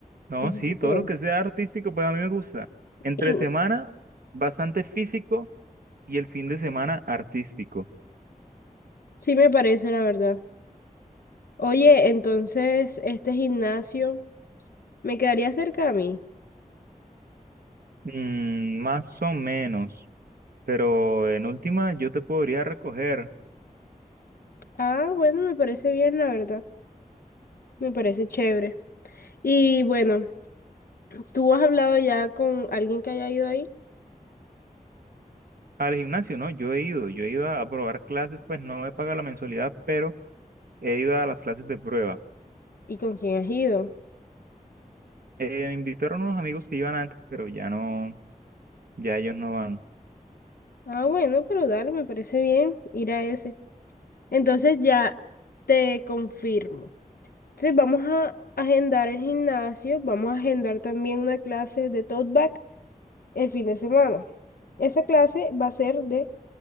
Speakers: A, on the right; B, on the left.
A: No,
B: Ujú.
A: sí, todo
B: Sí.
A: lo que sea artístico, pues a mí me gusta. Entre
B: Sí,
A: semana, bastante físico y el fin de semana, artístico.
B: sí me parece, la verdad. Oye, entonces, este gimnasio me quedaría cerca a mí.
A: Mm, más o menos. Pero en última, yo te podría recoger
B: Ah, bueno, me parece bien, la verdad. Me parece chévere. Y bueno, ¿tú has hablado ya con alguien que haya ido ahí?
A: al gimnasio, ¿no? Yo he ido, yo he ido a probar clases, pues no he pagado la mensualidad, pero he ido a las clases de prueba.
B: ¿Y con quién has ido?
A: Eh, me invitaron unos amigos que iban antes, pero ya no, ya ellos no van.
B: Ah, bueno, pero dale, me parece bien ir a ese. Entonces ya te confirmo. Entonces vamos a agendar el gimnasio, vamos a agendar también una clase de tote bag el fin de semana. Esa clase va a ser de